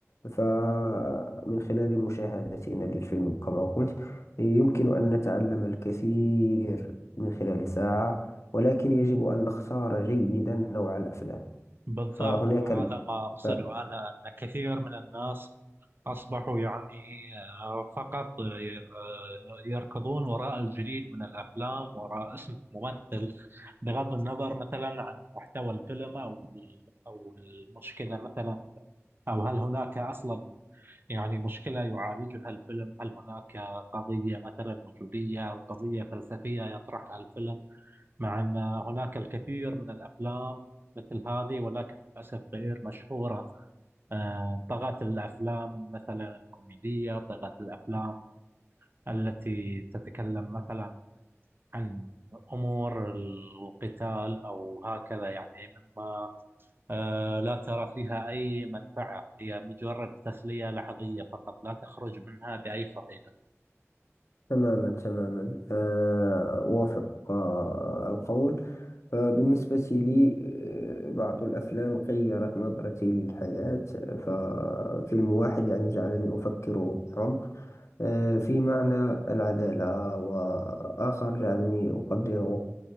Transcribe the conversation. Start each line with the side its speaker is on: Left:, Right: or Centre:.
Left: فمن خلال مشاهدتنا للفيلم كما قلت يمكن أن نتعلم الكثير من خلال ساعة ولكن يجب أن نختار جيدا نوع الأفلام
Right: بالضبط
Left: فهناك
Right: وهذا
Left: ال...
Right: ما أقصده
Left: ف...
Right: أنا أن كثير من الناس أصبحوا يعني آه، فقط آه، آه، يركضون وراء الجديد من الأفلام وراء اسم ممثل بغض النظر مثلا عن محتوى الفيلم أو أو المشكلة مثلا أو هل هناك أصلا يعني مشكلة يعالجها الفيلم هل هناك قضية مثلا وجودية أو قضية فلسفية يطرحها الفيلم مع أن هناك الكثير من الأفلام مثل هذه ولكن للأسف غير مشهورة آه، طغت الأفلام مثلا الكوميدية طغت الأفلام التي تتكلم مثلا عن أمور القتال أو هكذا يعني مما آه، لا ترى فيها أي منفعة هي مجرد تسلية لحظية فقط لا تخرج منها بأي فائدة.
Left: تماما تماما آه، أوافقك القول فبالنسبة لي آه، بعض الأفلام غيرت نظرتي للحياة آه، ففيلم واحد يعني جعلني أفكر بعمق آه، في معنى العدالة وآخر جعلني أقدر